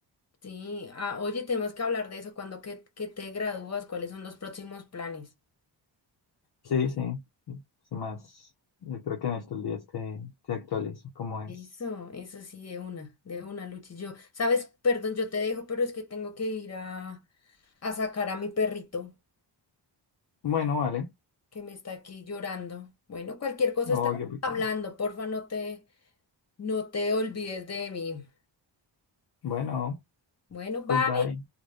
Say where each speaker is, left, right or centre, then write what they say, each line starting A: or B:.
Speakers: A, on the left; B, on the left.
A: Sí, ah, oye, tenemos que hablar de eso, cuando que, que te gradúas, cuáles son los próximos planes.
B: Sí, sí, es más, yo creo que en estos días te, te actualizo cómo es.
A: Eso, eso sí, de una, de una, Luchi. Yo, sabes, perdón, yo te dejo, pero es que tengo que ir a, a sacar a mi perrito
B: Bueno, vale.
A: que me está aquí llorando. Bueno, cualquier cosa
B: Oh,
A: estamos
B: qué rico.
A: hablando, porfa, no te, No te olvides de mí.
B: Bueno,
A: Bueno, bye.
B: goodbye.